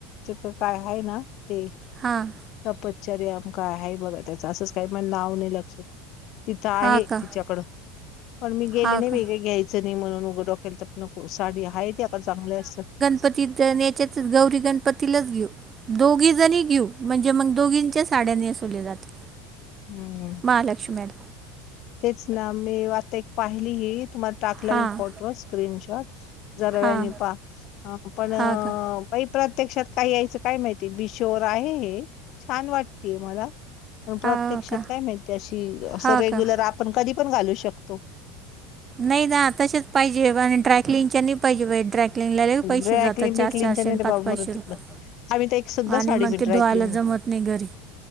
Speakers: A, on the left; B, on the right.
A: तिथं काय आहे ना ते.
B: हां.
A: तपश्चर्य का आहे बघा, त्याच असंच काही म्हण, नाव नाही लक्षात. तिथं आहे
B: हां का
A: तिच्याकडं, पण मी गेले
B: हा
A: नाही
B: का
A: वेगळे घ्यायचं नाही म्हणून उघ डोकेला ताप. नको, साडी आहे ते आता चांगले असत.
B: तिथ आणि हेच्यातच, गौरी-गणपतीलाच घेऊ. दोघी जणी घेऊ, म्हणजे मंग दोघींच्या साड्यां नेसवले जाते.
A: हम्म.
B: महालक्ष्मीऍड.
A: तेच ना मी आता एक पाहिली ही, तुम्हाला टाकला
B: हां
A: मी फोटो, स्क्रीनशॉट. जरा
B: हां
A: वेळानी पाहा, पण
B: हां का
A: बाई प्रत्यक्षात काही यायचं काय माहितीय, मिशोवर आहे हे, छान वाटतेय मला. पण प्रत्यक्षात
B: हा का
A: काय माहिती अशी, असं
B: हा
A: रेग्युलर
B: का
A: आपण कधी पण घालू शकतो.
B: नाही ना, तसेच पाहिजे आणि ड्रायकलिंगच्या नाही पाहिजे. ड्रायकलिंगला लई पैसे
A: ड्रायक्लीन
B: जातात,
A: बिकलीनच्या
B: चार- चारशे,
A: नाही
B: अन
A: रे
B: पाच-
A: बाबा
B: पाचशे
A: मरू
B: रुपये,
A: तिकडं आम्ही तर एक सुद्धा
B: आणि
A: साडी
B: मग
A: मी
B: ते
A: ड्रायक्लीन
B: धुवायला जमत घरी.